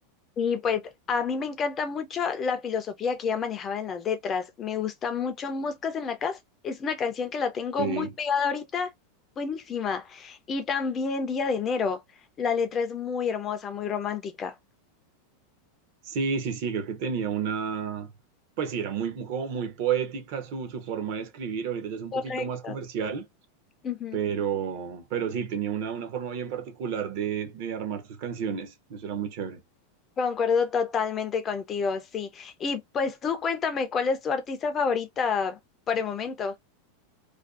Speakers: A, on the left; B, on the right.
A: Y pues a mí me encanta mucho la filosofía que ella manejaba en las letras. Me gusta mucho Moscas en la Casa. Es una canción que la tengo
B: Sí,
A: muy pegada ahorita. Buenísima. Y también Día de Enero. La letra es muy hermosa, muy romántica.
B: sí, sí, sí, creo que tenía una, pues sí, era muy, como muy poética su, su forma de escribir, ahorita ya es un
A: Correcto.
B: poquito más comercial.
A: Ujú.
B: Pero, pero sí, tenía una, una forma bien particular de, de armar sus canciones. Eso era muy chévere.
A: Concuerdo totalmente contigo, sí. Y pues tú cuéntame, ¿cuál es tu artista favorita por el momento?